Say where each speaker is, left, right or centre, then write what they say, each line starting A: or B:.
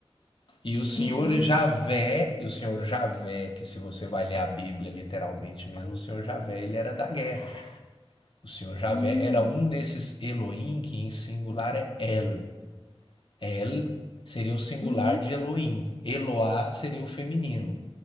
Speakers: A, on the left; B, on the left.
A: E o Senhor
B: entendi.
A: Javé, e o Senhor Javé, que se você vai ler a Bíblia literalmente mesmo, o Senhor Javé, ele era da guerra. O Senhor Javé
B: Uhum,
A: era um desses Elohim, que em singular é El. El seria o singular
B: uhum,
A: de Elohim. Eloá seria o feminino.